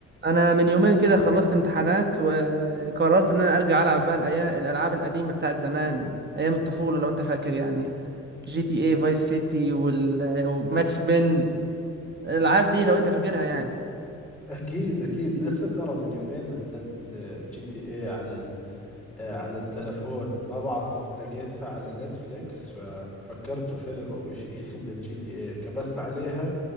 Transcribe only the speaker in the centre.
أكيد أكيد لسه ترى من يومين نزلت آه، جي تي اي على ال- آه، على التلفون ما بعرف لقيتها على نتفليكس ففكرته فيلم أو إشي <laughs> للجي تي اي كبست عليها